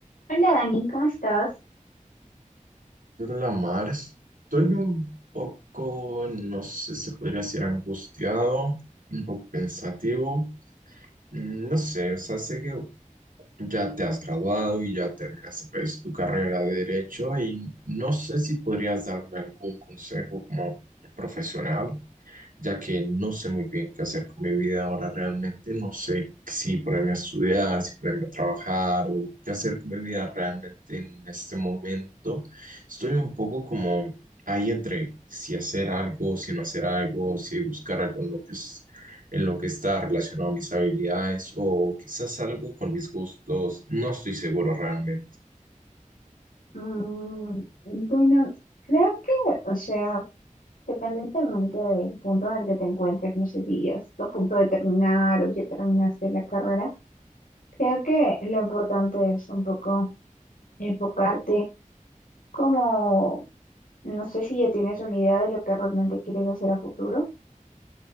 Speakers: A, on the left; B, on the right.
A: Hola Dani, ¿cómo estás?
B: La mar, estoy un poco, no sé, se podría decir angustiado, un poco pensativo. Mm, No sé, o sea, sé que ya te has graduado y ya terminaste pues, tu carrera de derecho y no sé si podrías darme algún consejo como profesional ya que no sé muy bien qué hacer con mi vida ahora realmente, no sé si ponerme a estudiar, si ponerme a trabajar o qué hacer con mi vida realmente en este momento. Estoy un poco como ahí entre si hacer algo, si no hacer algo, si buscar algo en lo que es, en lo que está relacionado a mis habilidades o quizás algo con mis gustos, no estoy seguro realmente.
A: Mm, bueno, creo que, o sea, dependientemente del punto en el que te encuentres, no sé si ya estás a punto de terminar o ya terminaste la carrera, creo que lo importante es un poco enfocarte como, no sé si ya tienes una idea de lo que realmente quieres hacer a futuro.